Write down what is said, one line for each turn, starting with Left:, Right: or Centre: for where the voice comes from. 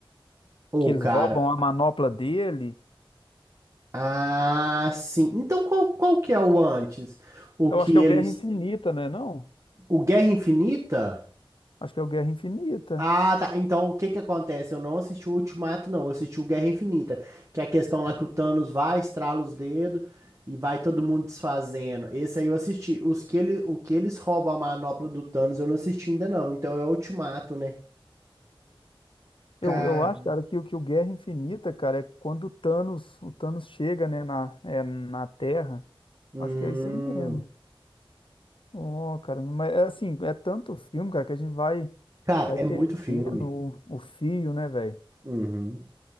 Right: Ô,
Left: Que eles
Right: cara.
Left: roubam a manopla dele?
Right: Ah, sim. Então qual, qual que é o antes? O
Left: Eu
Right: que
Left: acho que é
Right: eles.
Left: o Guerra Infinita, né? Não?
Right: O Guerra Infinita?
Left: Acho que é o Guerra Infinita.
Right: Ah, tá. Então o que que acontece? Eu não assisti o Ultimato, não. Eu assisti o Guerra Infinita. Que é a questão lá que o Thanos vai, estrala os dedos e vai todo mundo desfazendo. Esse aí eu assisti. Os que ele, o que eles roubam a manopla do Thanos eu não assisti ainda, não. Então é o Ultimato, né?
Left: Eu,
Right: Cara.
Left: eu acho, cara, que, o- que o Guerra Infinita, cara, é quando o Thanos, o Thanos chega, né, na, é, na Terra.
Right: Hum.
Left: Acho que é isso aí mesmo. Oh, cara, mas é assim, é tanto filme, cara, que a gente vai,
Right: Cara,
Left: vai
Right: é
Left: perdendo
Right: muito filme.
Left: o, o fio, né, velho?
Right: Uhum.